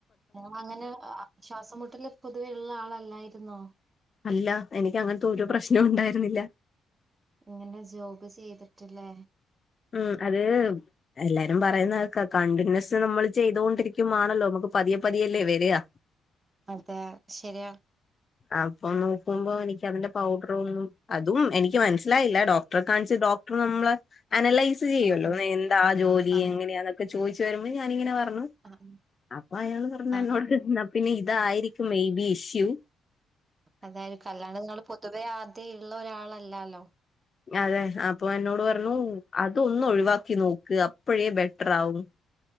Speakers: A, on the right; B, on the left.
A: ഇയാൾ അങ്ങനെ ആഹ് ശ്വാസംമുട്ടൽ പൊതുവെ ഉള്ള ആളല്ലായിരുന്നോ?
B: അല്ല എനിക്ക് അങ്ങനത്തെ ഒരു പ്രശ്നവും ഉണ്ടായിരുന്നില്ല.
A: ഇങ്ങനെ ജോബ് ചെയ്തിട്ടില്ലേ?
B: ഉം അത് എല്ലാരും പറയുന്ന കേൾക്കാ കണ്ടിന്യൂസ് നമ്മൾ ചെയ്തോണ്ടിരിക്കുമ്പൊ ആണല്ലോ നമുക്ക് പതിയെ പതിയല്ലേ വെരാ
A: അതെ ശരിയാ
B: അപ്പം നോക്കുമ്പോ എനിക്ക് അതിന്റെ പൗഡറൊന്നും അതും എനിക്ക് മനസ്സിലായില്ല ഡോക്ടറെ കാണിച്ച് ഡോക്ടർ നമ്മളെ അനലൈസ് ചെയ്യല്ലോ
A: ആഹ്
B: എന്താ ജോലി
A: ആഹ്
B: എങ്ങനെയാന്നൊക്കെ ചോയ്ച്ചു വരുമ്പോ ഞാനിങ്ങനെ പർഞ്ഞു
A: ആഹ്
B: അപ്പൊ അയാള് പറഞ്ഞു
A: ആ
B: എന്നോട് ന്നാ പിന്നെ ഇതായിരിക്കും മെയ്ബി ഇഷ്യു.
A: അതായിരിക്കും അല്ലാണ്ട് ഇങ്ങള് പൊതുവെ ആദ്യം ഇള്ള ഒരാളല്ലാല്ലോ
B: അതെ അപ്പൊ എന്നോട് പറഞ്ഞൂ അ തൊന്ന് ഒഴിവാക്കി നോക്ക് അപ്പഴേ ബെറ്റ്റാവും.